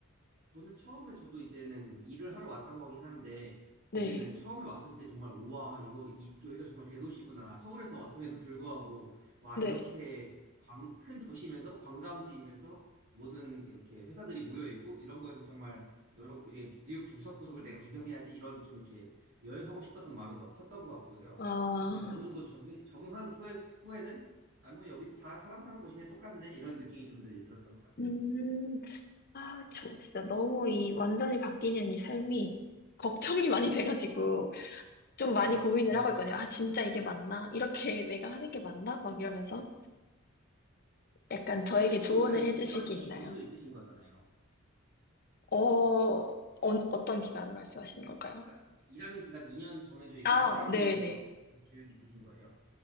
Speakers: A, on the right; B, on the left.
A: 저는 처음에 저도 이제는 일을 하러 왔던 거긴 하는데
B: 네,
A: 이제는 처음에 왔을 때 정말 우와 이거 이, 여기가 정말 대도시구나 서울에서 왔음에도 불구하고 와
B: 네.
A: 이렇게 광- 큰 도시면서 관광지이면서 모든 이렇게 회사들이 모여 있고 이런 거에서 정말 여러 이제 뉴욕 구석구석을 내가 구경해야지 이런 좀 이렇게 여행하고 싶었던 마음이 더 컸던 것 같고요.
B: 아,
A: 그리고 어느 정도 적응 적응한 후에 후에는 아 뭐 여기도 다 사람 사는 곳이네 똑같네 이런 느낌이 좀 더 이제 들었던 것 같아요.
B: 음, 아, 저 진짜 너무 이 완전히 바뀌는 이 삶이 걱정이 많이 돼가지고 좀 많이
A: 아,
B: 고민을
A: 그렇죠.
B: 하고 있거든요. 아, 진짜 이게 맞나? 이렇게 <laughs> 내가 하는 게 맞나? 막 이러면서 약간 저에게
A: 그래도
B: 조언을
A: 일단
B: 해주실
A: 기간이
B: 게 있나요?
A: 정해져 있으신 거잖아요.
B: 어, 어 어떤 기간 말씀하시는 걸까요?
A: 그러니까 일하는 기간 2년 정해져 있고
B: 아,
A: 그 다음에는
B: 네네.
A: 뭐 어떤 계획이 있으신 거예요?